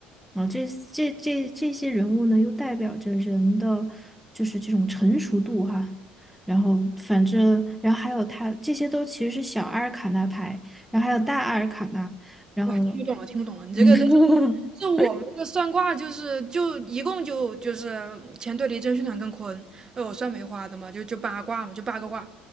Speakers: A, in the centre; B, on the right.
A: 然后这这这这些人物呢又代表着人的就是这种成熟度哈，然后反正然后还有它这些都其实是小阿尔卡纳牌，然后还有大阿尔卡纳，然后
B: 哇，听不懂了，听不懂了。你这个这是
A: 嗯 <laughs>
B: 这我们这个算卦就是就一共就就是乾对离震巽坎艮坤，呃，我算梅花的嘛，就就八卦嘛，就八个卦。